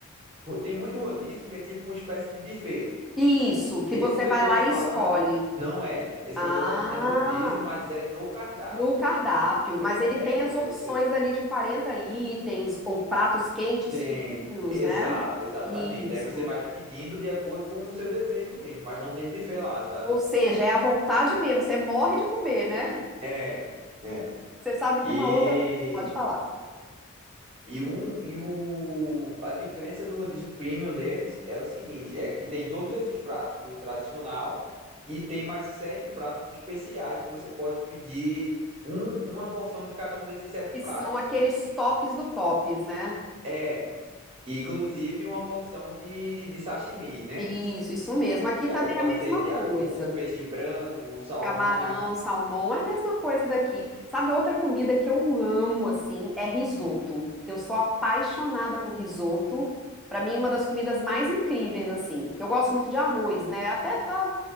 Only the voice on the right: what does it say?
Tem muito rodízio que é tipo uma espécie de buffet.
Esse
que
eu tô
te
falando
não é. Esse
que eu tô falando é rodízio, mas é no cardápio.
É,
você
tem.
Exato,
exatamente.
Aí você vai pedindo de acordo com o seu desejo mesmo, mas não tem buffet lá, sabe?
É, né?
E.
E, um, e o, a diferença do rodízio premium deles é o seguinte: é que tem todos esses pratos do tradicional e tem mais sete pratos especiais que você pode pedir um- uma porção de cada um desses sete
pratos.
É, inclusive uma porção de, de sashimi, né?
E
aí pode
ser de
atum, peixe branco, salmão.